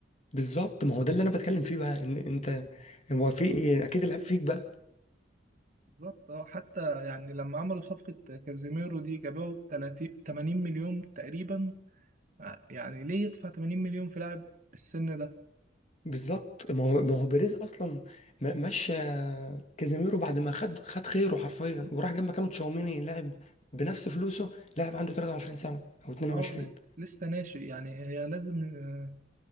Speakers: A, on the left; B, on the right.
A: بالظبط ما هو ده اللي انا بتكلم فيه بقى ان انت هو في ايه اكيد العيب فيك بقى
B: بالظبط آه، حتى يعني لما عملوا صفقة كازيميرو دي جابوه ب 30 80 مليون تقريبا آه، يعني ليه يدفع 80 مليون في لاعب بالسن ده
A: بالظبط ما هو ما هو بيريز اصلا م- مشى كازيميرو بعد ما خد خد خيره حرفيا وراح جاب مكانه تشاوميني لاعب بنفس فلوسه لاعب عنده 23 سنه او 22
B: اهو ل- لسه ناشئ يعني هي لازم آه،